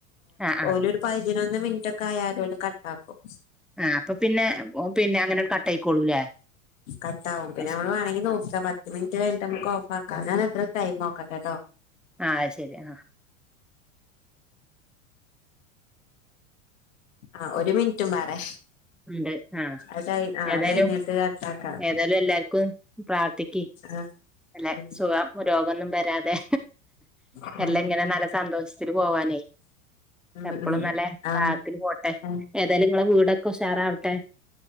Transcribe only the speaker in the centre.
ആഹ് ആഹ്
ആഹ് അപ്പൊ പിന്നെ ഓ, പിന്നെ അങ്ങനെ കട്ടായിക്കോളൂല്ലേ
അത് ശരി
ആഹ്
ആഹ് ശരി ആഹ്
ഉണ്ട് ആഹ്
ഏതായാലും
ഏതായാലും എല്ലാർക്കും പ്രാർത്ഥിക്ക്
അല്ലെ
സുഖം രോഗൊന്നും വരാതെ
എല്ലാം ഇങ്ങനെ നല്ല സന്തോഷത്തില് പോവാനേ
എപ്പളും
നല്ല
റാഹത്തില് പോട്ടെ
ഏതായാലും ഇങ്ങളെ വീടൊക്കെ ഉഷാറാവട്ടെ